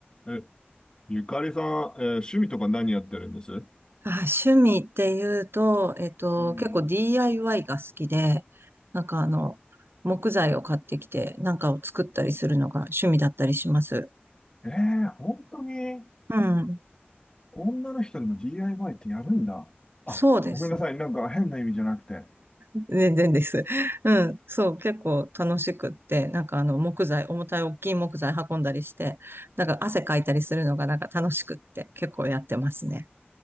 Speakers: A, on the left (about 20°); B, on the right (about 65°).
A: え、ゆかりさん、えー趣味とか何やってるんです
B: あ、趣味っていうと、えっと、
A: うん。
B: 結構 DIY が好きで、なんかあの、木材を買ってきて、なんかを作ったりするのが趣味だったりします。
A: ええ本当に、え、
B: うん。
A: 女の人でも DIY ってやるんだ。あ、
B: そうですね。
A: ごめんなさい。
B: うんう
A: なんか変な意味じゃなくて。
B: ん全然です。うん。そう、結構楽しくって、なんかあの、木材、重たい大きい木材運んだりして、なんか汗かいたりするのがなんか楽しくって、結構やってますね。